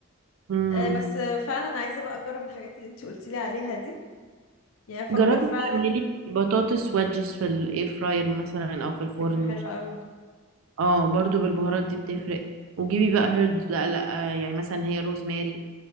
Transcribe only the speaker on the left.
آه. بس فعلا عايزه بقى اجرب الحاجات اللي انت قلتي لي عليها دي يعني افكر
فعلا
دي
فكره حلوه
قوي